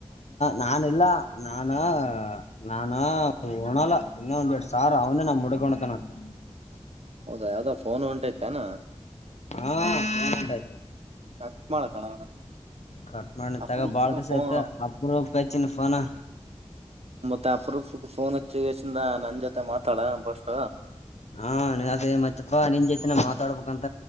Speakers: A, on the left; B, on the right.
A: ನಾನ ಇಲ್ಲ ನಾನ ನಾನ ಹಣಲ್ಲ ಇನ್ನ ಒಂದ್ೆರಡ್ ಸಾವಿರ ಅವನೇ ನಾ ಮುಡಿಕೊಂಡತನಂತ
B: ಹೌದಾ ಯಾವ್ದೋ ಫೋನ್ ಉಂಟೈತನಾ
A: ಹಾ ಆಯ್ತು
B: ಕಟ್ ಮಾಡ ಕಣ
A: ಕಟ್ ಮಾಡಕ್ಕೆ
B: ಅಪರೂಪಕ
A: ತಗ ಬಾಳ್ ಕಸ
B: ಫೋನ್
A: ಆಯ್ತ ಅಪ್ರ ಕಾಯಚಿನ ಫನ
B: ಅಪರಪ ಫೋನ್ಚ್ಚಿಸಂದ ನನ್ ಜೊತೆ ಮಾತಾಡ ಬಸ್ಟ್
A: ಹಾ ನ ಮತ್ತಪ್ಪಾ ನಿನ್ ಜೈತೆಿನ ಮಾತಾಡ್ಬ ಂತ